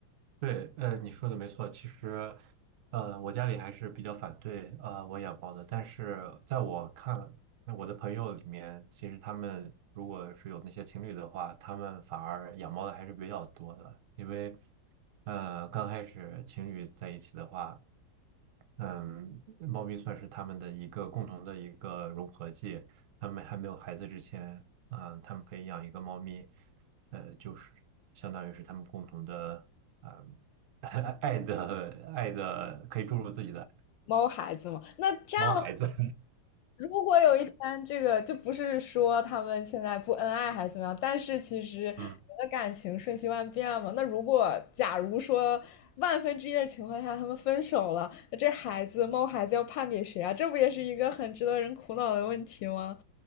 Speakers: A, on the right; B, on the left.
A: 对，呃，你说的没错。其实，呃，我家里还是比较反对呃我养猫的，但是在我看，那我的朋友里面，其实他们如果是有那些情侣的话，他们反而养猫的还是比较多的，因为，呃，刚开始情侣在一起的话。嗯，猫咪算是他们的一个共同的一个融合剂。他们还没有孩子之前，嗯，他们可以养一个猫咪，呃，就是相当于是他们共同的，啊、<laughs> 爱的爱的，可以注入自己的
B: 猫孩子嘛。那这样的话，
A: 猫孩子。<laughs>
B: 如果有一天这个就不是说他们现在不恩爱还是怎么样，但是其实人的感情瞬息万变嘛。
A: 嗯。
B: 那如果假如说万分之一的情况下他们分手了，那这孩子猫孩子要判给谁啊？这不也是一个很值得人苦恼的问题吗？